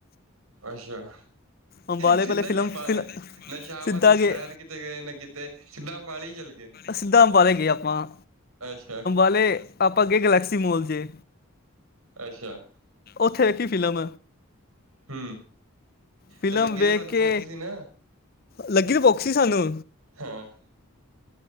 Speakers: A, on the right (about 85°); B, on the left (about 45°).
A: ਅੱਛਾ
B: ਅੰਬਾਲੇ
A: ਸਿੱਧਾ
B: ਪਹਿਲੇ ਫਿਲਮ
A: ਹੀ ਅੰਬਾਲੇ
B: ਫਿਲ
A: ਨਾ ਸ਼ਾਹਬਾਦ
B: ਸਿੱਧਾ
A: ਸ਼ਹਿਰ
B: ਗਏ
A: ਕਿਤੇ ਗਏ ਨਾ ਕਿਤੇ ਸਿੱਧਾ ਅੰਬਾਲੇ ਹੀ ਚੱਲ ਗਏ।
B: ਸਿੱਧਾ ਅੰਬਾਲੇ ਗਏ ਆਪਾਂ
A: ਅੱਛਾ,
B: ਹਲੇ ਆਪਾਂ ਗਏ ਗਲੈਕਸੀ ਮੋਲ ਚ,
A: ਅੱਛਾ,
B: ਉੱਥੇ ਵੇਖੀ ਫਿਲਮ,
A: ਹੂੰ,
B: ਫਿਲਮ
A: ਤੇ ਲੱਗੀ
B: ਵੇਖ
A: ਤੇ ਤੁਹਾਨੂੰ
B: ਕੇ,
A: ਭੁੱਖ ਸੀ ਨਾ
B: ਲੱਗੀ ਤਾਂ ਭੁੱਖ ਸੀ ਸਾਨੂੰ
A: ਹਾਂ,